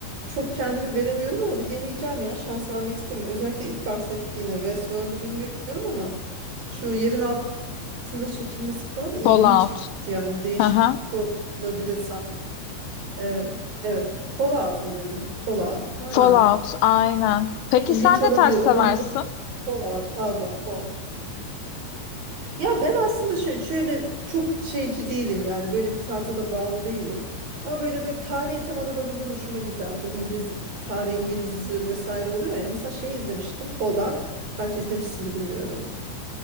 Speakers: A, on the right (about 45°); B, on the left (about 80°).
A: Çok kendimi veremiyorum ama bir deneyeceğim ya. Şans vermek isterim. Özellikle ilk bahsettiğine Westworld'u bilmiyorum ama şu yerin altında çekilmesi falan ilgimi
B: Fallout.
A: çekti yani değişik
B: Hı hı.
A: olabilir. Evet. Evet. Call out mu dedin? Call out. Ha.
B: Fallout. Aynen. Peki
A: İlginç
B: sen
A: olabilir.
B: ne tarz seversin?
A: Ona bir bak. Call out. Pardon. Call. Ya ben aslında şey şöyle çok şeyci değilim yani böyle bir tarza da bağlı değilim. Ama böyle bir tarihi temalar olunca hoşuma gider. Bu İngiliz tarihi İngiliz dizileri vesaire oluyor ya. Mesela şey izlemiştim. Poldark. Belki izlemişsin de bilmiyorum.